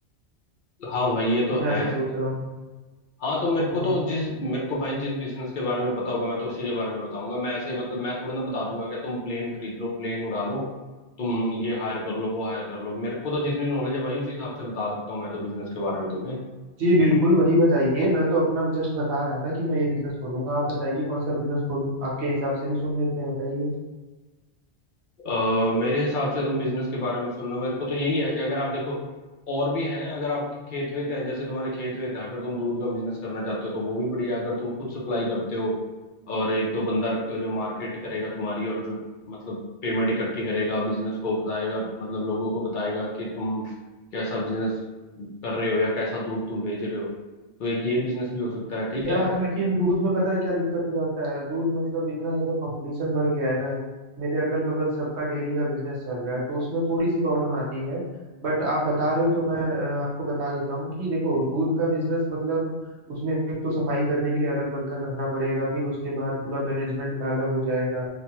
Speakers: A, on the left; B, on the right.
A: हाँ भाई ये तो
B: मैं
A: है
B: ऐसा सोच रहा हूँ
A: हाँ तो मेरे को
B: हाँ
A: तो जिस मेरे को भाई जिस बिजनेस के बारे में पता होगा मैं तो उसी के बारे में बताऊंगा मैं ऐसे मतलब मैं थोड़ा ना बता दूंगा कि तुम प्लेन खरीद लो प्लेन उड़ा लो तुम ये हायर कर लो वो हायर कर लो मेरे को तो जितनी नॉलेज है भाई उसी हिसाब से बता सकता हूँ मैं तो बिजनेस के बारे में तुम्हें
B: जी बिल्कुल वही बताइए मैं तो अपना जस्ट बता रहा था कि मैं ये बिजनेस खोलूंगा आप बताइए कौन सा बिजनेस खोलूं आपके हिसाब से भी सुन लेते हैं बताइए
A: अ, मेरे हिसाब से तुम बिजनेस के बारे में सुनना मेरे को तो यही है कि अगर आप देखो और भी हैं अगर आपके खेत वेत हैं जैसे तुम्हारे खेत वेत हैं अगर तुम दूध का बिजनेस करना चाहते हो तो वो भी बढ़िया है। अगर तुम खुद सप्लाई करते हो और एक दो बंदा रखते हो जो मार्केट करेगा तुम्हारी और जो मतलब पेमेंट इकट्ठी करेगा बिजनेस को बताएगा मतलब लोगों को बताएगा कि तुम कैसा बिजनेस कर रहे हो या कैसा दूध तुम बेच रहे हो तो एक ये बिजनेस भी हो सकता है ठीक
B: यार
A: है
B: लेकिन दूध में पता है क्या दिक्कत हो जाता है दूध मतलब इतना ज्यादा कंपटीशन बढ़ गया है ना मेरे अगल बगल सबका डेयरी का बिजनेस चल रहा है तो उसमें थोड़ी सी प्रॉब्लम आती है बट आप बता रहे हो तो मैं अ, आपको बता देता हूँ कि देखो दूध का बिजनेस मतलब उसमें एक तो सफाई करने के लिए अलग वर्कर रखना पड़ेगा फिर उसके बाद पूरा मैनेजमेंट का अलग हो जाएगा